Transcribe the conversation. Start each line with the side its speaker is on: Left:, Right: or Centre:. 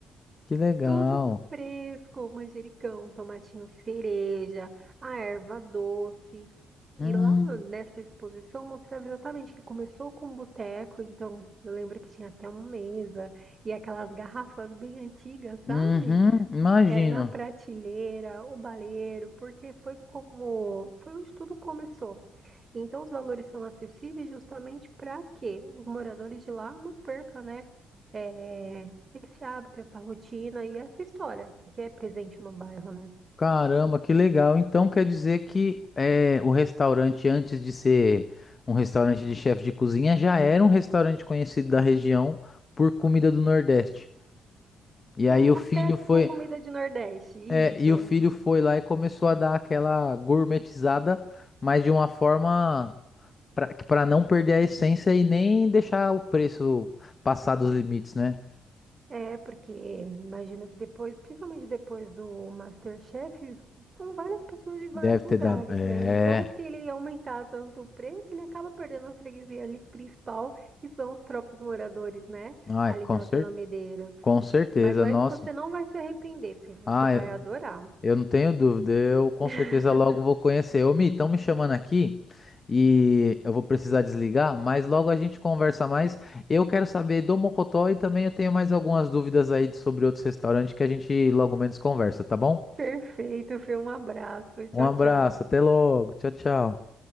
Left: que legal.
Right: tudo fresco, manjericão, tomatinho cereja, a erva doce.
Left: Hum,
Right: E lá nessa exposição mostrava exatamente que começou com um boteco, então eu lembro que tinha até uma mesa e aquelas garrafas bem antigas, sabe?
Left: uhum, imagino.
Right: É, na prateleira, o baleiro, porque foi como, foi onde tudo começou. Então, os valores são acessíveis justamente para que os moradores de lá não percam, né, é, esse hábito, essa rotina e essa história que é presente no bairro, né?
Left: Caramba, que legal. Então quer dizer que é, o restaurante, antes de ser um restaurante de chefe de cozinha, já era um restaurante conhecido da região por comida do Nordeste. E
Right: Um
Left: aí o
Right: boteco
Left: filho foi,
Right: com comida de Nordeste, isso.
Left: é, e o filho foi lá e começou a dar aquela gourmetizada, mas de uma forma para para não perder a essência e nem deixar o preço passar dos limites, né?
Right: É, porque imagino que depois, principalmente depois do MasterChef, são várias pessoas de vários
Left: Deve
Right: lugares,
Left: ter dado. É.
Right: né? Então, se ele aumentar tanto o preço, ele acaba perdendo a freguesia ali principal, que são os próprios moradores, né?
Left: Ai,
Right: Ali
Left: com
Right: da
Left: cer-
Right: Vila Medeiros.
Left: com certeza,
Right: Mas vai
Left: nossa.
Right: que você não vai se arrepender, Fê. Você
Left: Ah,
Right: vai adorar.
Left: Eu não tenho dúvida, eu com
Right: <laughs>
Left: certeza logo vou conhecer. Ô, Mi, estão me chamando aqui e eu vou precisar desligar, mas logo a gente conversa mais. Eu quero saber do Mocotó e também eu tenho mais algumas dúvidas aí de- sobre outros restaurantes que a gente logo menos conversa, tá bom?
Right: Perfeito, Fê. Um abraço. Tchau,
Left: Um abraço,
Right: tchau.
Left: até logo, tchau, tchau.